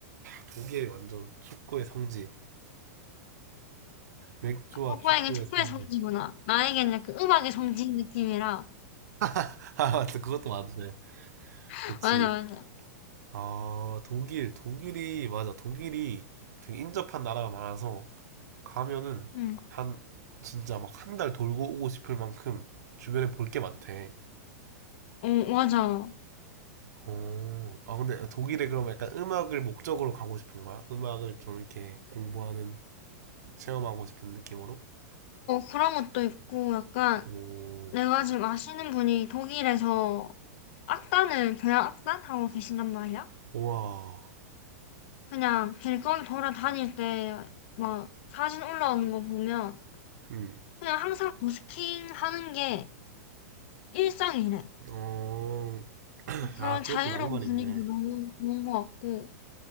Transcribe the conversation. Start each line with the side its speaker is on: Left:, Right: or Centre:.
Right: 독일 완전 축구의 성지. 맥주와
Left: 오빠에겐
Right: 축구의
Left: 축구의
Right: 성지.
Left: 성지구나. 나에겐 약간 음악의 성지인 느낌이라.
Right: <laughs> 아, 맞다. 그것도 맞네.
Left: <laughs>
Right: 그치.
Left: 맞아, 맞아.
Right: 아, 독일. 독일이, 맞아. 독일이 되게 인접한 나라가 많아서 가면은
Left: 응,
Right: 한, 진짜 막 한 달 돌고 오고 싶을 만큼 주변에 볼 게 많대.
Left: 어, 맞아. 어,
Right: 어, 아, 근데 독일에 그럼 약간 음악을 목적으로 가고 싶은 거야? 음악을 좀 이렇게 공부하는, 체험하고 싶은 느낌으로?
Left: 그런 것도 있고, 약간
Right: 오,
Left: 내가 지금 아시는 분이 독일에서 악단을, 교향 악단 하고 계신단 말이야.
Right: 우와.
Left: 그냥 길거리 돌아다닐 때 막 사진 올라오는 거 보면
Right: 음,
Left: 그냥 항상 버스킹 하는 게 일상이래.
Right: 어, 아,
Left: 그런
Right: 그것도
Left: 자유로운
Right: 낭만
Left: 분위기도
Right: 있네.
Left: 너무 좋은 것 같고.